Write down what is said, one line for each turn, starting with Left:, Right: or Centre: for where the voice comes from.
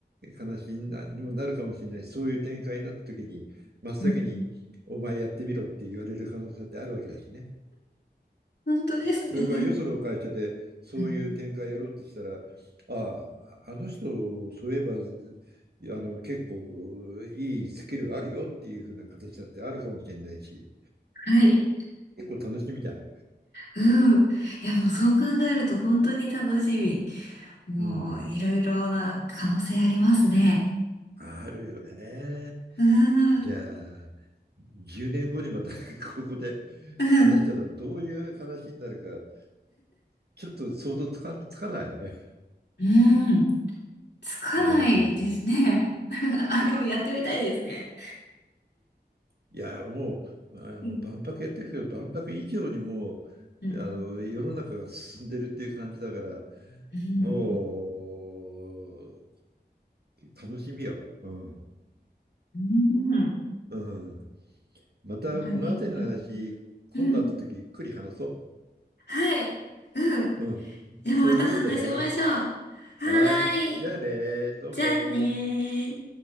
Right: 悲しいなにもなるかもしれないし、そういう展開になった時に、真っ先にお前やってみろって言われる可能性ってあるわけだしね。
Left: うん、本当ですね。
Right: それからよその会社でそういう展開やろうとしたら、
Left: うん
Right: ああ、あの人、そういえば、あの結構いいスキルあるよっていうふうな形だってあるかもしれないし、
Left: はい。
Right: 結構楽しみじゃん。
Left: うん。いや、もうそう考えると本当に楽しみ。もういろいろな可能性ありますね。
Right: うん、あるよね。
Left: う
Right: じゃ
Left: ん。
Right: あ、10年後にまた <laughs> ここで話したらどういう話になるか
Left: うん。
Right: ちょっと想像つかつかないよね。
Left: うんつかないですね。
Right: うん
Left: <laughs> あ、でもやってみたいですね。
Right: いや、もう、あの、
Left: うん。
Right: 万博やってるけど、万博以上にもう、
Left: うん。
Right: あの、世の中が進んでるっていう感じだから、
Left: うん。
Right: もう、楽しみよ。うん。
Left: うん。
Right: うん。また、
Left: 本当に。
Right: このあたりの話、
Left: うん
Right: 今度会った時、
Left: うん。
Right: ゆっくり話そ
Left: はい。うんうん本当にうんはいうん
Right: う。うん。
Left: でもまた話しましょう。
Right: そういうことでね。
Left: は
Right: はい。
Left: ーい。
Right: じゃあね、どうも。
Left: じゃあねー。